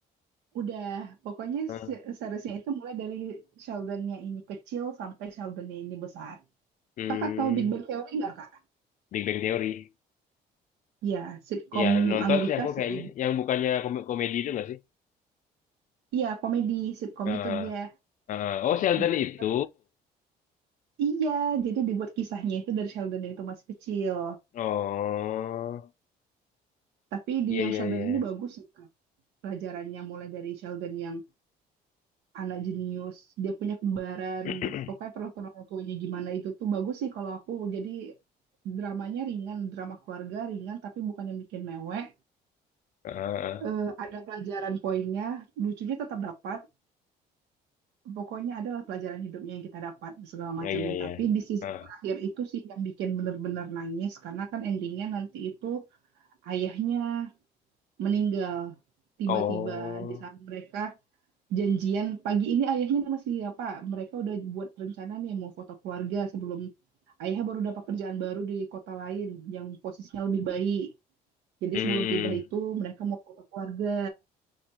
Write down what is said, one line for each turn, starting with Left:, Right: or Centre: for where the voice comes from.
Right: Udah, pokoknya
Left: Heeh.
Right: se- seriesnya itu mulai dari Sheldonnya ini kecil sampai Sheldonnya ini besar.
Left: Hmm.
Right: Kakak tahu Big Bang Theory nggak, Kak?
Left: Big Bang Theory.
Right: Ya, sitkom
Left: Iya, nonton
Right: Amerika
Left: sih aku
Right: sih.
Left: kayaknya. Yang bukannya kom- komedi itu nggak sih?
Right: Iya, komedi sitkom
Left: Eh,
Right: itu dia
Left: eh, oh, Sheldon
Right: dibuat.
Left: itu.
Right: Iya, jadi dibuat kisahnya itu dari Sheldon itu masih kecil.
Left: Oh,
Right: Tapi di
Left: iya,
Right: yang
Left: iya,
Right: Sheldon
Left: iya.
Right: ini bagus sih, Kak. Pelajarannya mulai dari Sheldon yang anak jenius, dia punya kembaran,
Left: <clears throat>
Right: pokoknya perlakuan orang tuanya gimana itu tuh bagus sih kalau aku. Jadi dramanya ringan, drama keluarga ringan, tapi bukan yang bikin mewek.
Left: Heeh,
Right: Eh, ada pelajaran poinnya, lucunya tetap dapat. Pokoknya adalah pelajaran hidupnya yang kita dapat segala macamnya.
Left: iya, iya, iya.
Right: Tapi di sisi
Left: Heeh.
Right: terakhir itu sih yang bikin bener-bener nangis karena kan endingnya nanti itu ayahnya meninggal tiba-tiba
Left: oh,
Right: di saat mereka janjian pagi ini ayahnya masih apa? Mereka udah buat rencana nih mau foto keluarga sebelum ayahnya baru dapat kerjaan baru di kota lain yang posisinya lebih baik. Jadi
Left: hmm, hmm.
Right: sebelum pindah itu
Left: hmm.
Right: mereka mau foto keluarga.